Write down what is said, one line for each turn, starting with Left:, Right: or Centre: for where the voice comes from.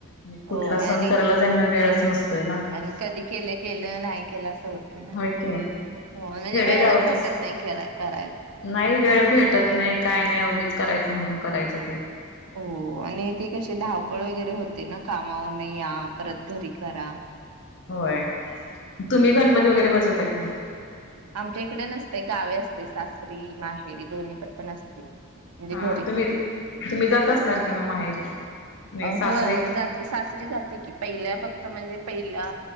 Left: आणि कुठला
Right: हो
Left: सण
Right: आणि
Left: करायला त्यांना वेळच नसतोय ना.
Right: आणि कधी केलं केलं नाही केलं असं होते ना.
Left: हो की
Right: हो म्हणजे
Left: खेडे
Right: वेळच
Left: गाव
Right: भेटत
Left: तस
Right: नाही केला करायला.
Left: नाही वेळ भेटत नाही का. काय नाही उगीच करायचं म्हणून करायचं.
Right: हो आणि ते कसे धाव. धावपळ वगैरे होते ना कामावरून या परत घरी करा
Left: होय तुम्ही गणपती वगैरे बसवता की नाही.
Right: आमच्या इकडे नसते गावे असते सासरी माहेरी दोन्हीकडं पण असते. म्हणजे
Left: हा
Right: घरी
Left: तुम्ही तुम्ही जात
Right: इथ
Left: असणार कि मग माहेरी. नाही सासरी
Right: हो जाते सासरी जाते की पहिल्या बघ म्हणजे पहिल्या